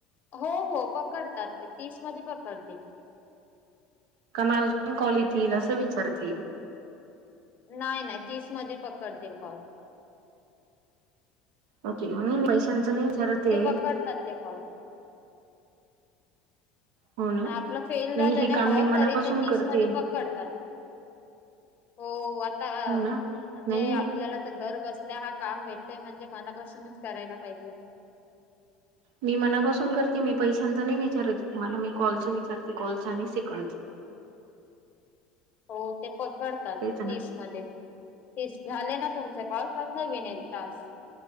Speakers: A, on the left; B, on the right.
A: हो हो पकडतात ते तीस मध्ये पकडतील.
B: का म अजून कॉल येतील असं विचारतील?
A: नाही नाही तीस मध्ये पकडतील कॉल,
B: ओके,, म पैशांचं नाही. विचारत आहे
A: पकडतात ते कॉल.
B: हो ना
A: आपलं फेल
B: नाही
A: झालं
B: हे
A: नाही.
B: काम मी मनापासून
A: ते तीस
B: करते
A: मध्ये पकडतात? हो! ! आता
B: हो ना
A: म्हणजे,
B: नाही
A: आपल्याला घर बसल्या हा काम भेटतय म्हणजे मनापासूनच करायला पाहिजे?
B: मी मनापासून करते, मी पैशांच नाही विचारयेतो तुम्हाला मी कॉलच विचारते कॉलच आणि सेकंड.
A: हो ते पकडतात तीस
B: तेच ना
A: मध्ये, ते झाले ना तुमचे कॉल कर न विनेल तास,